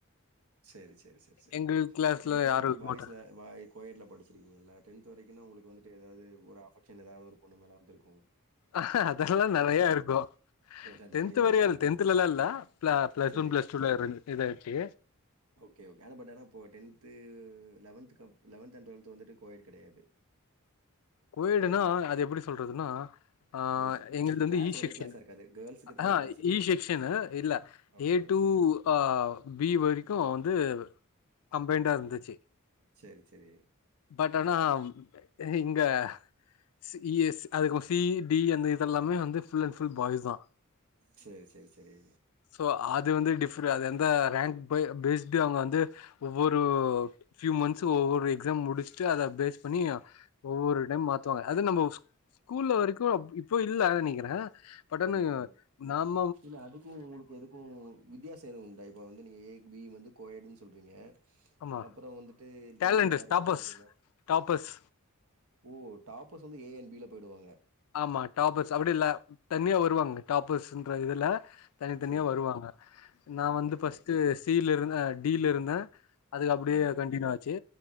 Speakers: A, on the right; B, on the left.
A: சேரி செரி செரி செரி
B: எங்க கிளாஸ்ல
A: டென்த்து வரைக்கு
B: யாரு இருக்க
A: பாய்ஸ்ல
B: மாட்டாங்க
A: பா‌ய் கோயட்ல படுச்சிருக்கீ ங்கல்ல டென்த்து வரைக்குனா உங்களுக்கு வந்துட்டு எதாது ஒரு அஃபக்ஷன் எதாவ்து ஒரு பொண்ணு மேல வந்துருக்கு
B: அஹ்ஹ அதல்லா நெறைய இருக்கு
A: அதெல்லாம்
B: டென்த்து
A: நெறையவே
B: வரயுல்
A: இருக்கா?
B: டென்த்துலல்லா இல்ல ப்ள பிளஸ்
A: சரி.
B: ஒன் பிளஸ் டூல இருந்து இதாச்சு
A: ஓகே ஓகே ஆனா பட் ஆனா இப்ப டென்த்து லெவன்த்துக்கப் லெவென்த்து அண்ட் ட்வெல்த்து வந்துட்டு கோயடு கெடயாது
B: கோயடுனா அது எப்புடி சொல்றதுனா ஆ
A: ம்.
B: எங்கள்து வந்து
A: கிளாஸ்
B: ஈ
A: ஒரே
B: செக்ஷன்
A: கிளாஸா இருக்காது. கேர்ல்ஸ்க்கு தனி
B: ஆஹ
A: கிளாஸ் இருக்கும்.
B: ஈ செக்ஷனு இல்ல
A: ஓகே.
B: ஏ டு
A: ஆ.
B: அ பி வரைக்கு வந்து அம்ளைன்டா இருந்துச்சி
A: சரி, சரி.
B: பட் அனா எ இங் க்க சி எஸ் அதுகப்ற சி டி அந்த இத எல்லாமே வந்து ஃபுல் அண்ட் ஃபுல் பாய்ஸ் தா
A: சேரி சேரி சேரி
B: சோ அது வந்து டிஃபரு அது அந்த ரேங்க் பேஸ்டு அவங்க வந்து ஒவ்வொரு பியூ மந்த்ஸ் ஒவ்வொரு எக்ஸாம் முடிச்சுட்டு அத பேஸ் பண்ணி ஒவ்வொரு டைம் மாத்துவாங்க அது நம்ம ஸ்கூல்ல வரைக்கு இப்போ இல்ல நெனைக்கிறே பட் ஆனாங்க
A: ம், ம்.
B: நாம்
A: இல்ல அதுக்கு உங்களுக்கு எதுக்கு வித்தியாசோ எதுவு உண்டா இப்ப வந்து நீங்க ஏக் பி வந்து கொயடுனு சொ சொல்றீங்க
B: ஆமா
A: அப்பறோ வந்துட்டு
B: டேலண்டஸ்
A: தனியா இருக்கணு
B: டாப்பர்ஸ்
A: அப்டின்னா
B: டாப்பர்ஸ்
A: ஓ டாப்பஸ் வந்து ஏ என் பில போயிடுவாங்க
B: ஆமா டாபர்ஸ் அப்டி இல்ல தனியா வருவாங்க டாப்பர்ஸ்ன்ற இதுல தனித்தனியா
A: சரி.
B: வருவாங்க நா வந்து
A: ஓகே.
B: ஃபஸ்டு சீ ல இருந்து டீல இருந்தே அதுக்கு அப்டியே
A: ஆ.
B: கண்டனியூ ஆச்சு